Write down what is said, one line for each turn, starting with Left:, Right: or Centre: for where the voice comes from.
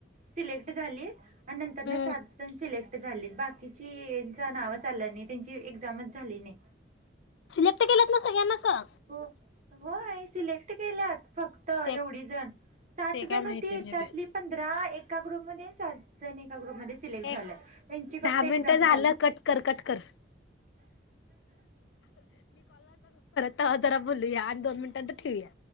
Right: सिलेक्ट झालीत आणि नंतर
Left: हम्म
Right: सात जण सिलेक्ट झालीत बाकीची नावंच आलं नाही त्यांची एक्झामच झाली नाही
Left: सिलेक्ट केल्यात मग सगळ्यांनाच <unintelligible>
Right: हो होय सिलेक्ट केल्यात फक्त एवढी
Left: ते
Right: जण साठ
Left: ते काय
Right: जण
Left: माहिती
Right: होती
Left: नाही
Right: त्यातली पंधरा ए एका ग्रुप मध्ये सात जणी एका ग्रुप मध्ये सिलेक्ट
Left: बाई
Right: झाल्यात त्यांची फक्त
Left: दहा
Right: एकझाम
Left: मिनटं
Right: झाल्या
Left: झालं कट कर कट कर. आता जरा बोलूयाआणि दोन मिनिटा नंतर ठेवूया.